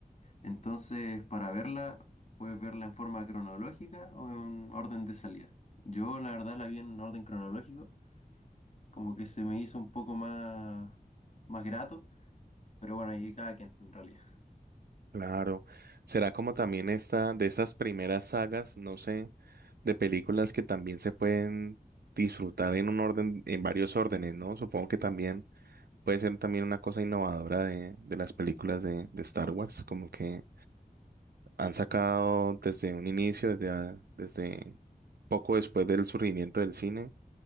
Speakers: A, on the left (about 45°); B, on the right (about 75°).
A: Entonces, para verla, puedes verla en forma cronológica o en orden de salida. Yo, la verdad, la vi en orden cronológico, como que se me hizo un poco más, más grato pero bueno, ahí cada quien en realidad.
B: Claro. Será como también esta, de estas primeras sagas, no sé, de películas que también se pueden disfrutar en un orden, en varios órdenes, ¿no? Supongo que también. Puede ser también una cosa innovadora de, de las películas de, de Star Wars, como que han sacado desde un inicio, desde, a- desde poco después del surgimiento del cine,